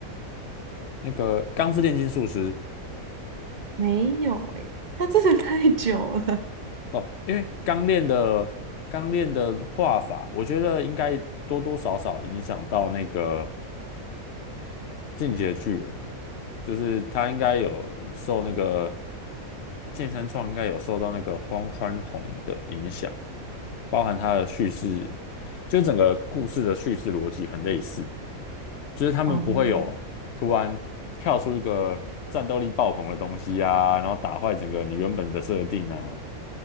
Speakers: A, on the left; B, on the right.
A: 那个《钢之炼金术师》
B: 没有诶、他真的太久了。
A: 哦，因为钢炼的钢炼的画法，我觉得应该多多少少影响到那个进阶巨人，就是他应该有受那个剑山创应该有受到那个荒川弘的影响。包含它的叙事，就是整个故事的叙事逻辑很类似，就是他们不会有突然跳出一个战斗力爆棚的东西啊，
B: 哦，
A: 然后打坏整个你原本的设定啊，